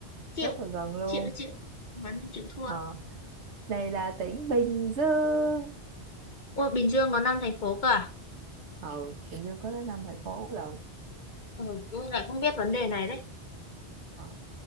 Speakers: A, on the left; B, on the right.
A: chịu
B: rất là gần luôn
A: chịu chịu mắn thì chịu thua
B: ờ đây là tỉnh Bình Dương
A: Ủa, Bình Dương có 5 thành phố cơ à?
B: ừ Bình Dương có tới năm thành phố lận
A: ừ tôi lại không biết vấn đề này đấy
B: Ờ